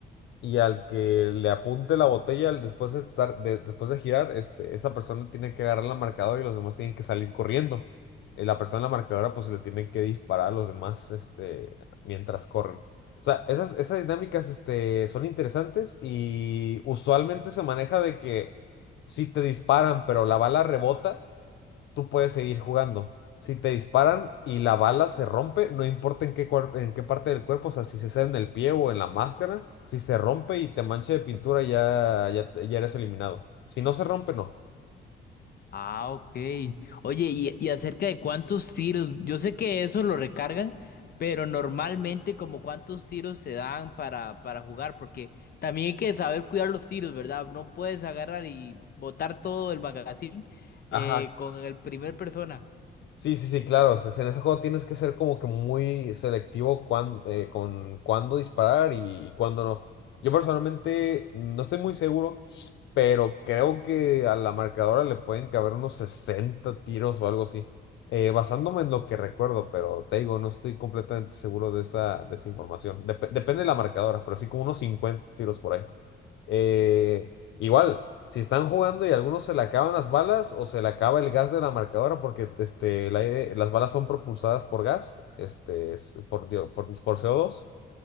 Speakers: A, on the left; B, on the left.
A: y al que le apunte la botella al- después de estar, de- después de girar, este, esa persona tiene que agarrar la marcadora y los demás tienen que salir corriendo. Eh, la persona en la marcadora pues le tiene que disparar a los demás este, mientras corren. O sea, esas, esas dinámicas este, son interesantes y usualmente se maneja de que si te disparan, pero la bala rebota tú puedes seguir jugando. Si te disparan y la bala se rompe, no importa en qué, cuer- en qué parte del cuerpo, o sea, si se sale en el pie o en la máscara, si se rompe y te mancha de pintura, ya, ya, te- ya eres eliminado. Si no se rompe, no.
B: Ah, ok. Oye, y, y acerca de cuántos tiros, yo sé que eso lo recargan, pero normalmente como cuántos tiros se dan para, para jugar, porque también hay que saber cuidar los tiros, ¿verdad? No puedes agarrar y botar todo el magazine
A: Ajá,
B: eh, con el primer persona.
A: Sí, sí, sí, claro. o sea, en ese juego tienes que ser como que muy selectivo cuán- eh, con cuándo disparar y, y cuándo no. Yo personalmente no estoy muy seguro, pero creo que a la marcadora le pueden caber unos 60 tiros o algo así. Eh, basándome en lo que recuerdo, pero te digo, no estoy completamente seguro de esa, de esa información. Dep- depende de la marcadora, pero sí como unos 50 tiros por ahí. Eh, Igual, si están jugando y a algunos se le acaban las balas o se le acaba el gas de la marcadora porque este, el aire, las balas son propulsadas por gas, este, es- por, dio- por, por co dos,